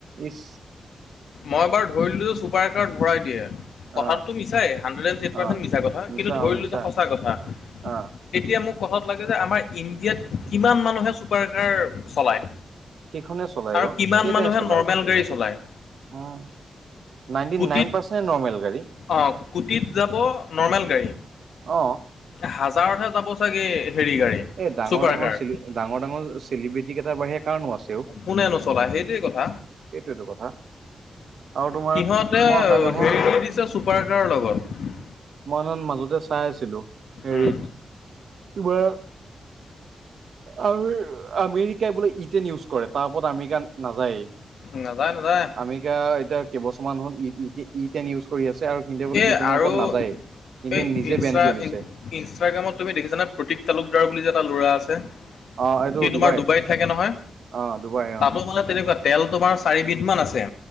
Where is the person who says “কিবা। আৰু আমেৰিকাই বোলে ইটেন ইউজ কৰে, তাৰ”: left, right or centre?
Right